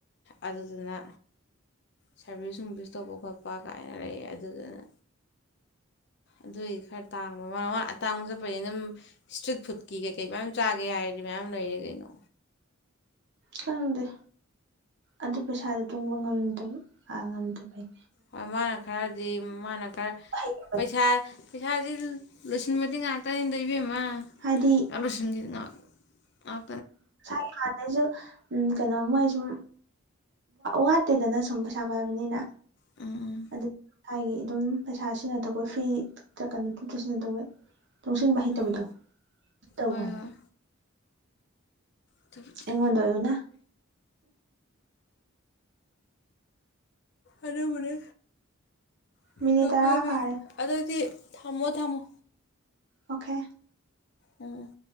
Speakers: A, on the left (about 55°); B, on the right (about 55°).
A: ꯑꯗꯨꯗꯨꯅ ꯁꯥꯔꯚꯤꯁ ꯅꯨꯡꯚꯤꯁ ꯇꯧꯕ ꯈꯣꯠꯄ ꯀꯥꯏꯅ ꯂꯩ ꯑꯗꯨꯗꯨꯅ ꯑꯗꯨꯏꯗꯤ ꯈꯔ ꯇꯥꯡꯕ ꯃꯃꯥꯡ ꯃꯥꯡ ꯑꯇꯥꯡꯕ ꯆꯠꯄꯅꯤ ꯑꯗꯨꯝ ꯏꯁꯇ꯭ꯔꯤꯠ ꯐꯨꯗꯀꯤ ꯀꯩꯀꯩ ꯃꯌꯥꯝ ꯆꯥꯒꯦ ꯍꯥꯏꯔꯗꯤ ꯃꯌꯥꯝ ꯂꯩꯔꯦ ꯀꯩꯅꯣ
B: ꯈꯪꯗꯦ ꯑꯗꯨ ꯄꯩꯁꯥꯗꯣ ꯇꯨꯡꯕ ꯉꯝꯗꯕ ꯉꯝꯗꯕꯩ
A: ꯍꯣꯏ ꯃꯥꯅ ꯈꯔꯗꯤ ꯃꯥꯅ ꯈꯔ
B: ꯍꯩꯇꯕꯅꯦ
A: ꯄꯩꯁꯥ ꯄꯩꯁꯥꯥꯁꯦ ꯂꯣꯏꯁꯤꯟꯕꯗꯤ ꯉꯥꯛꯇꯅꯤꯗ ꯏꯕꯦꯝꯃ
B: ꯍꯥꯏꯗꯤ
A: ꯄꯩꯁꯥ ꯂꯣꯏꯁꯤꯟꯒꯤꯕ ꯉꯥꯛ ꯑꯥ
B: <unintelligible> ꯎ ꯀꯩꯅꯣ ꯃꯣꯏ ꯁꯨꯝ ꯋꯥꯠꯇꯦꯗꯅ ꯁꯨꯝ ꯄꯩꯁꯥ ꯄꯥꯏꯕꯅꯤꯅ
A: ꯎꯝ
B: ꯑꯗꯨ ꯊꯥꯒꯤ ꯑꯗꯨꯝ ꯄꯩꯁꯥ ꯁꯤꯖꯤꯟꯅꯗꯧꯕ ꯐ꯭ꯔꯤ ꯀꯩꯅꯣ ꯁꯤꯖꯤꯟꯅ ꯇꯧꯕ ꯂꯩ ꯇꯨꯡꯁꯤꯟꯕ ꯍꯩꯇꯕꯗꯣ
A: ꯎꯝ ꯎꯝ
B: ꯇꯧꯋꯦ
A: ꯍꯣꯏ ꯍꯣꯏ ꯑꯗꯨꯕꯨꯗꯤ
B: ꯑꯩꯉꯣꯟꯗꯥ ꯑꯣꯏꯌꯣꯅ
A: ꯑꯗꯨꯕꯨꯗꯤ ꯄꯩꯁꯨ
B: ꯃꯤꯅꯤꯠ ꯇꯔꯥ
A: ꯄꯥꯏꯕꯩꯅꯤ
B: ꯐꯥꯔꯦ
A: ꯑꯗꯨꯗꯤ ꯊꯝꯃꯣ ꯊꯝꯃꯣ
B: ꯑꯣꯀꯦ
A: ꯎꯝ ꯎꯝ